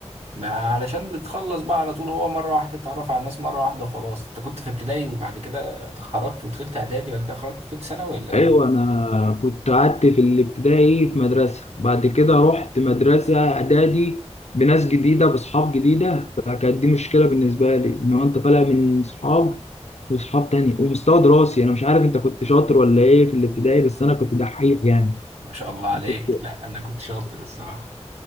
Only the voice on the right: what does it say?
ما علشان بتخلص بقى على طول هو مرة واحدة تتعرف على الناس مرة واحدة وخلاص انت كنت في ابتدائي وبعد كده خرجت ودخلت اعدادي وبعد كده خرجت ودخلت ثانوي ولا ايه؟
ما شاء الله عليك
لا انا كنت شاطر الصراحة